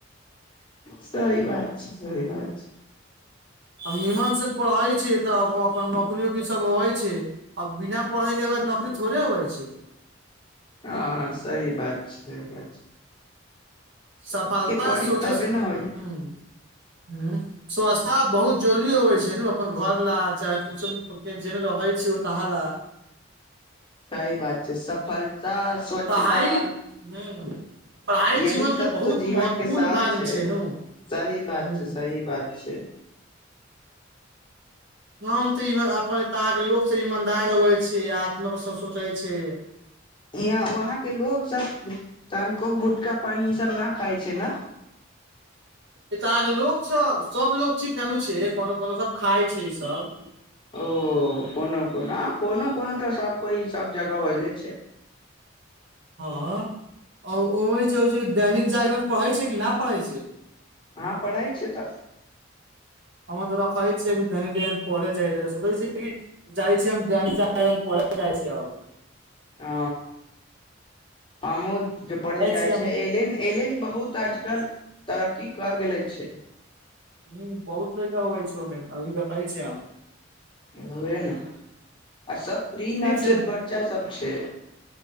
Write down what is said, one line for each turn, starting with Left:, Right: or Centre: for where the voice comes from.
Left: सही बात छै सही बात छै
Right: हम नीमन से पढ़ै छी तऽ अपन नौकरी वौकरी सब होवै छै आब बिना पढ़य के बाद नौकरी थोड़े होवै छय
Left: हँ सही बात छै सही बात छय
Right: सफलता
Left: पड़ी
Right: सोचे
Left: तबे
Right: से हं
Left: ने होइ
Right: हं स्वस्थता बहुत जरूरी होवे छै ने अपन घर ला चाहे कुछो जे रहे छी तहा ला
Left: सही बात छै सफलता स्वच्छता
Right: पढ़ाई ह् पढ़ाई
Left: यही
Right: जीवनके
Left: सब
Right: बहुत
Left: तो जीवन
Right: महत्वपूर्ण
Left: के सार
Right: भागमे छै नु
Left: सही बात
Right: ह
Left: छय सही बात छय
Right: हम त अपन <unintelligible> त के लोक से ईमानदार होए छै आत्म पर सब सोचे छी
Left: यहाँ वहाँ के लोग सब तहन कोब गुटका पानि ई सब न खाइ छय ने
Right: ए त अहाँके लोक सब सब लोक ठीक जानू छै कोनो कोनो सब खाय छै ई सब
Left: ओ कोनो कोनो कोनो कोनो त सब कोई सब जगह होयले छै
Right: हँ ओमे दैनिक जागरण पढ़ै छै कि नहि पढ़ै छय
Left: हँ पढ़ए छै तऽ
Right: हममे तोरा खइ छै <unintelligible> धनी ज पलेइ छै श कहै छय जाइ छी हम जन पे पढ़े जाइ छी अब
Left: आ आमो जे पढ़े जाइ
Right: छी हम
Left: छै एलन एलेन बहुत आजकल तरक्की कर गेले छय
Right: ह बहुत लड़का होइ छै ओहि मे अभी देखै छी हम
Left: उहे ने सब प्री नेचर
Right: ठीक छै
Left: बच्चा सब छै